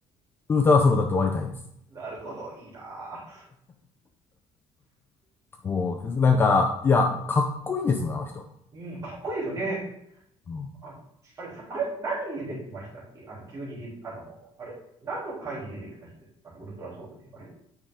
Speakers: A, on the left (about 20°); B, on the right (about 30°).
A: ウルトラソウル歌って終わりたいです。
B: うん。なるほど。いいな。
A: もう、なんか、いや、
B: うん。
A: かっこいいですもんね、あの人。
B: うん、かっこいいですよね。
A: うん。
B: ああれ、さ、あれ、何に出てきましたっけあの、急に出て、あの、あれ何の回に出てきましたあの、ウルトラソウルで。あれ